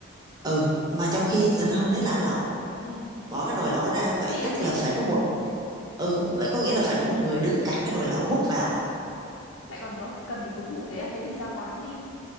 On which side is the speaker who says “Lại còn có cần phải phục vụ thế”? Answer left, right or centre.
Left